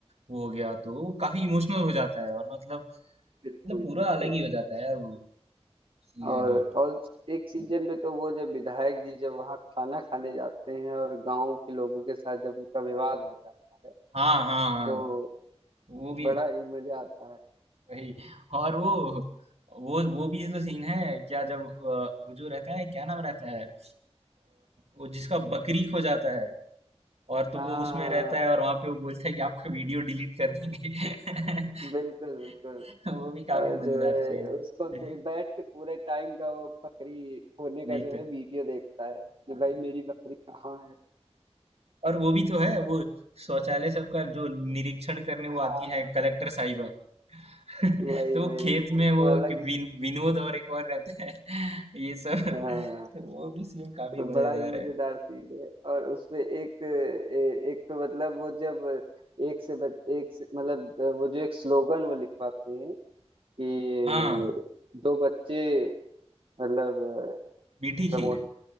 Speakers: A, on the right (about 70°); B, on the right (about 55°).
A: वो हो गया तो वो काफी इमोशनल हो जाता है और मतलब मतलब
B: बिल्कुल
A: पूरा
B: बिल्कुल
A: अलग ही हो जाता है यार वो सीजन
B: और
A: ही
B: और एक सीजन में तो वो जब विधायक जी जब वहाँ खाना खाने जाते हैं और गांव के लोगों के साथ जब उनका विवाद हो जाता है
A: हाँ हाँ हाँ
B: तो
A: वो भी
B: बड़ा ही मजा आता है
A: वही और वो वो वो भी तो सीन है क्या जब अ, वो जो रहता है क्या नाम रहता है अ, वो जिसका बकरी खो जाता है और तो
B: हाँ
A: वो उसमें रहता है और वहां पे वो बोलता है कि आपका वीडियो डिलीट कर देंगे
B: बिल्कुल बिल्कुल
A: <laughs> वो भी काफी
B: और
A: मजेदार
B: जो है
A: सीन
B: उसको दे,
A: है
B: बैठ के पूरे टाइम का वो बकरी खोने का
A: देखते
B: जो
A: हैं।
B: है वीडियो देखता है कि
A: हाँ
B: भाई मेरी बकरी कहाँ है
A: और वो भी तो है वो शौचालय सबका जो निरीक्षण करने
B: हाँ
A: वो आती है कलेक्टर साहिबा <laughs>
B: वही
A: तो वो
B: वही
A: खेत
B: वो
A: में वो
B: तो अलग
A: कि
B: ही
A: विन, विनोद और एक और रहते हैं <laughs> ये सब
B: हाँ
A: <laughs> वो भी सीन काफी
B: तो
A: मजेदार
B: बड़ा ही मजेदार
A: है
B: सीन है और उसपे एक ए- एक तो मतलब वो जब एक से बच, एक से मतलब वो जो एक स्लोगन वो लिखवाते हैं कि
A: हाँ
B: दो बच्चे मतलब
A: मीठी
B: प्रमोट
A: खीर